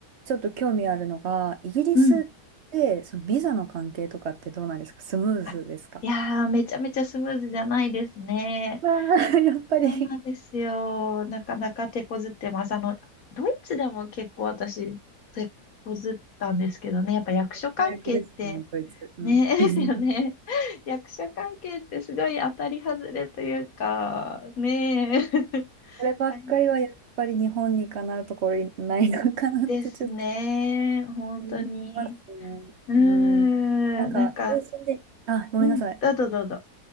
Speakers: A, on the right (about 50°); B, on the left (about 60°).
A: ちょっと興味あるのが、イギリスってそのビザの関係とかってどうなんですかスムーズですか
B: うん。あいやー、めちゃめちゃスムーズじゃないですね。
A: あー <laughs> やっぱり
B: そうなんですよ。なかなか手こずってます。あの、ドイツでも結構私、手こずったんですけどね。やっぱ役所関係って、
A: 早くですね、こいつ。うん。
B: ね、<laughs> ですよね。
A: <laughs>
B: 役所関係ってすごい当たり外れというか、ねえ。<laughs>
A: こればっかりはやっぱり日本にかなうところにないのかなってちょっと
B: あれですね。本当に。
A: 思いますね。
B: うーん、
A: うん。なんか友人で、
B: なんか、
A: あ、ごめんなさい。
B: うん、どうぞどうぞ。